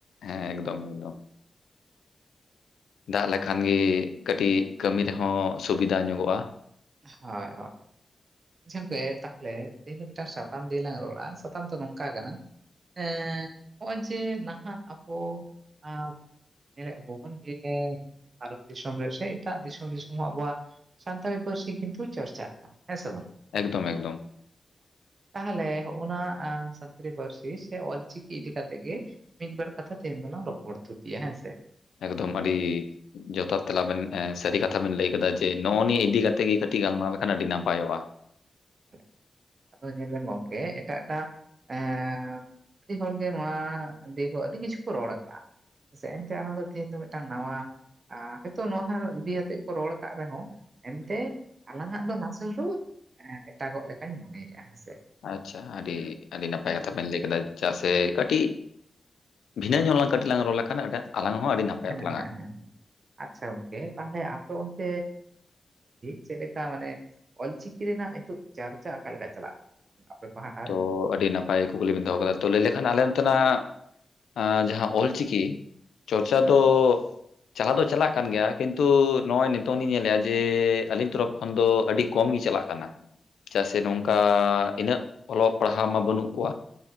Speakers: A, on the left; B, on the right.
A: ᱦᱮ ᱮᱠᱫᱚᱢ ᱮᱠᱫᱚᱢ, ᱫᱟᱜ ᱞᱮᱠᱷᱟᱱ ᱜᱤ ᱠᱟᱴᱤᱡ ᱠᱟᱹᱢᱤ ᱨᱮᱦᱚ ᱥᱩᱵᱤᱫᱟ ᱧᱚᱜᱚᱜᱼᱟ᱾
B: ᱦᱳᱭ, ᱦᱳᱭ, ᱪᱪᱷᱟ ᱜᱚᱝᱠᱮ ᱛᱟᱦᱚᱞᱮ ᱛᱮᱦᱮᱧ ᱫᱚ ᱢᱤᱫᱴᱟᱝ ᱥᱟᱛᱟᱢ ᱫᱤᱭᱮ ᱞᱟᱝ ᱨᱚᱲᱟ, ᱥᱟᱛᱟᱢ ᱫᱚ ᱱᱚᱝᱠᱟ ᱠᱟᱱᱟ ᱮ ᱦᱚᱜᱼᱚᱭ ᱡᱮ ᱱᱟᱦᱟᱜ ᱟᱵᱚ ᱟ ᱧᱮᱞᱮᱫ ᱟᱵᱚᱱ ᱡᱮ ᱵᱷᱟᱨᱚᱛ ᱫᱤᱥᱚᱢ ᱨᱮ, ᱥᱮ ᱮᱴᱟᱜ ᱫᱤᱥᱚᱢ ᱫᱤᱥᱚᱢ ᱟᱵᱚᱣᱟᱜ ᱥᱟᱱᱛᱟᱲᱤ ᱯᱟᱹᱨᱥᱤ ᱠᱤᱱᱛᱩ ᱪᱚᱨᱪᱟᱜ ᱠᱟᱱᱟ, ᱦᱮ ᱥᱮ ᱵᱟᱝ?
A: ᱮᱠᱫᱚᱢ ᱮᱠᱫᱚᱢ,
B: ᱛᱟᱦᱚᱞᱮ ᱦᱚᱜᱼᱚ ᱱᱟ ᱮ ᱥᱟᱱᱛᱟᱲᱤ ᱯᱟᱹᱨᱥᱤ, ᱥᱮ ᱚᱞᱪᱤᱠᱤ ᱤᱫᱤ ᱠᱟᱛᱮᱫ ᱜᱮ ᱢᱤᱫ ᱵᱟᱨ ᱠᱟᱛᱷᱟ ᱛᱮᱦᱮᱧ ᱫᱚᱞᱟᱝ ᱨᱚᱯᱚᱲ ᱛᱷᱩᱛᱤᱭᱟ ᱦᱮᱸ ᱥᱮ,
A: ᱮᱠᱫᱚᱢ ᱟᱹᱰᱤ ᱡᱚᱛᱷᱟᱛ ᱛᱮᱞᱟᱵᱮᱱ ᱥᱟᱹᱨᱤ ᱠᱟᱛᱷᱟ ᱵᱮᱱ ᱞᱟᱹᱭ ᱠᱟᱫᱟ, ᱡᱮ ᱱᱚᱜᱼᱚ ᱱᱤᱭᱟᱹ ᱤᱫᱤ ᱠᱟᱛᱮᱜ ᱜᱮ ᱠᱟᱹᱴᱤᱡ ᱜᱟᱞᱢᱟᱨᱟᱣ ᱞᱮᱠᱷᱟᱱ ᱟᱹᱰᱤ ᱱᱟᱯᱟᱭᱚᱜᱼᱟ᱾
B: <inaudible> ᱟᱫᱚ ᱧᱮᱞᱵᱮᱱ ᱜᱚᱝᱠᱮ ᱮᱴᱟᱜ ᱮᱴᱟᱜ ᱮ ᱟᱹᱰᱤ ᱦᱚᱲ ᱜᱮ ᱱᱚᱣᱟ ᱫᱤᱭ ᱟᱹᱰᱤ ᱠᱤᱪᱷᱩ ᱠᱚ ᱨᱚᱲ ᱟᱠᱟᱜᱼᱟ, ᱥᱮ ᱮᱱᱛᱮ ᱟᱞᱟᱝ ᱫᱚ ᱛᱮᱦᱮᱧ ᱫᱚ ᱢᱤᱫᱴᱟᱝ ᱱᱟᱣᱟ ᱮ ᱦᱚᱭᱛᱳ ᱱᱚᱣᱟ ᱤᱫᱤᱛᱮᱫ ᱠᱚ ᱨᱚᱲ ᱠᱟᱜ ᱨᱮᱦᱚᱸ, ᱮᱱᱛᱮ ᱟᱞᱟᱝᱟᱜ ᱫᱚ ᱱᱟᱥᱮ ᱦᱤᱞᱩ ᱦᱮ ᱮᱴᱟᱜᱚᱜ ᱞᱮᱠᱟᱧ ᱢᱚᱱᱮᱭᱮᱜᱼᱟ ᱦᱮᱸᱥᱮ,
A: ᱟᱪᱪᱷᱟ, ᱟᱹᱰᱤ ᱟᱹᱰᱤ ᱱᱟᱯᱟᱭ
B: ᱦᱩᱸ
A: ᱠᱟᱛᱷᱟ ᱵᱮᱱ ᱞᱟᱹᱭ ᱠᱮᱫᱟ, ᱪᱮᱫᱟᱜ ᱥᱮ ᱠᱟᱹᱴᱤᱡ ᱵᱷᱤᱱᱟᱹ ᱧᱚᱜ ᱞᱟᱝ ᱠᱟᱹᱴᱤᱡ ᱞᱟᱝ ᱨᱚᱲ ᱞᱮᱠᱷᱟᱱ, ᱟᱞᱟᱝ ᱦᱚᱸ ᱟᱹᱰᱤ ᱱᱟᱯᱟᱭᱚᱜ ᱛᱟᱞᱟᱝᱟ,
B: ᱦᱮᱸ ᱦᱮᱸ ᱦᱮᱸ ᱟᱪᱪᱷᱟ ᱜᱚᱝᱠᱮ ᱛᱟᱦᱞᱮ ᱟᱯᱮ ᱚᱱᱛ <unintelligible> ᱪᱮᱫᱮᱠᱟ ᱢᱟᱱᱮ? ᱚᱞᱪᱤᱠᱤ ᱨᱮᱱᱟᱜ ᱤᱛᱚᱜ ᱪᱟᱨᱪᱟ ᱚᱠᱟᱞᱮᱠᱟ ᱪᱟᱞᱟᱜ ᱠᱟᱱᱟ? ᱯᱟᱦᱴᱟ
A: ᱛᱚ
B: ᱨᱮ?
A: ᱟᱹᱰᱤ ᱱᱟᱯᱟᱭ ᱠᱩᱠᱞᱤ ᱵᱮᱱ ᱫᱚᱦᱚᱣ ᱠᱟᱫᱟ, ᱛᱚ ᱞᱟᱹᱭ ᱞᱮᱠᱷᱟᱱ ᱟᱞᱮ ᱱᱛᱮᱱᱟᱜ ᱚ ᱡᱟᱦᱟᱸ ᱚᱞᱪᱤᱠᱤ ᱪᱚᱨᱪᱟ ᱫᱚ ᱪᱟᱞᱟᱣ ᱫᱚ ᱪᱟᱞᱟᱜ ᱠᱟᱱ ᱜᱮᱭᱟ, ᱠᱤᱱᱛᱩ ᱱᱚᱜᱼᱚᱭ ᱱᱤᱛᱚᱝ ᱞᱤᱧ ᱧᱮᱞᱮᱜ-ᱟ, ᱡᱮ ᱟᱞᱤᱧ ᱛᱚᱨᱚᱯ ᱠᱷᱚᱱ ᱫᱚ ᱟᱹᱰᱤ ᱠᱚᱢ ᱜᱤ ᱪᱟᱞᱟᱜ ᱠᱟᱱᱟ, ᱪᱮᱫᱟᱜ ᱥᱮ ᱱᱚᱝᱠᱟ ᱤᱱᱟᱹᱜ ᱚᱞᱚᱜ ᱯᱟᱲᱦᱟᱣ ᱢᱟ ᱵᱟᱹᱱᱩᱜ ᱠᱚᱣᱟ,